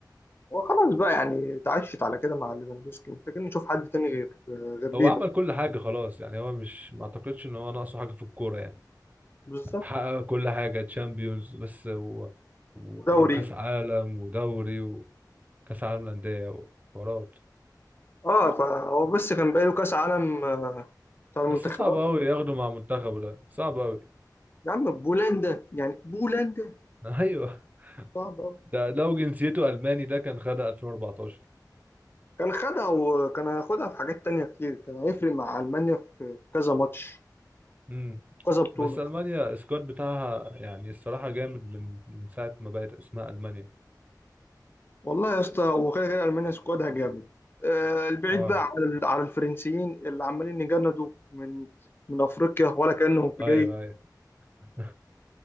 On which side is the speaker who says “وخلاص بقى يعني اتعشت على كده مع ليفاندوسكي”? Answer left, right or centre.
Left